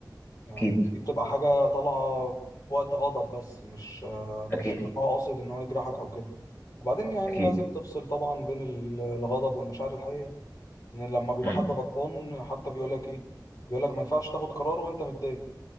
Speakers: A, on the left; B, on the left.
A: يعني
B: اكيد
A: دي بتبقى حاجة طالعة بوقت غضب بس مش مش
B: اكيد
A: ان هو قاصد ان هو يجرحك او كده وبعدين يعني
B: اكيد
A: لازم تفصل طبعا بين ال- الغضب والمشاعر الحقيقية ان لما بيبقى
B: مم.
A: حد غضبان حتى بيقول لك ايه بيقول لك ما ينفعش تاخد قرار وانت متضايق